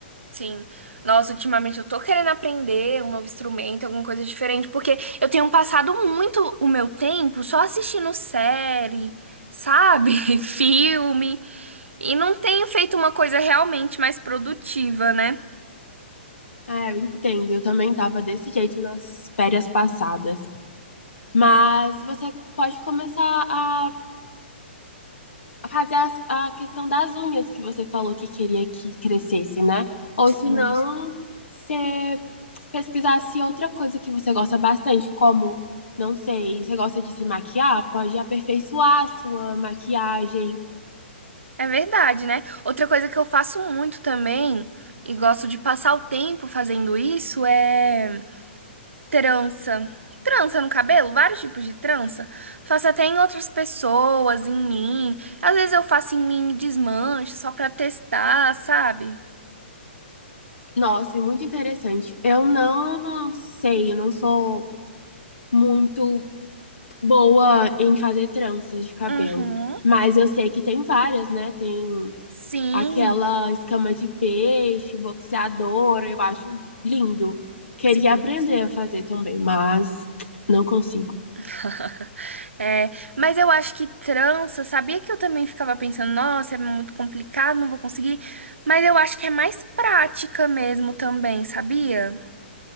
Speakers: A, on the right; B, on the left.
A: Sim. Nossa, ultimamente eu tô querendo aprender um novo instrumento, alguma coisa diferente, porque eu tenho passado muito o meu tempo só assistindo série, sabe? <laughs> Filme, e não tenho feito uma coisa realmente mais produtiva, né?
B: É, eu entendo, eu também tava desse jeito nas férias passadas. Mas você pode começar a fazer as- a questão das unhas que você falou que queria que crescesse, né? Ou
A: Sim.
B: se não, você pesquisasse outra coisa que você gosta bastante, como, não sei, você gosta de se maquiar? Pode aperfeiçoar a sua maquiagem.
A: É verdade, né? Outra coisa que eu faço muito também, e gosto de passar o tempo fazendo isso, é. Trança. Trança no cabelo, vários tipos de trança. Faço até em outras pessoas, em mim. Às vezes eu faço em mim e desmancho só pra testar, sabe?
B: Nossa, é muito interessante. Eu não sei, eu não sou muito boa em fazer tranças de cabelo,
A: Uhum.
B: mas eu sei que tem várias, né? Tem
A: Sim,
B: aquela escama de peixe, boxeadora, eu acho lindo. Queria
A: sim.
B: aprender a fazer também, mas não consigo.
A: <laughs> É, mas eu acho que trança, sabia que eu também ficava pensando, nossa, é muito complicado, não vou conseguir. Mas eu acho que é mais prática mesmo também, sabia?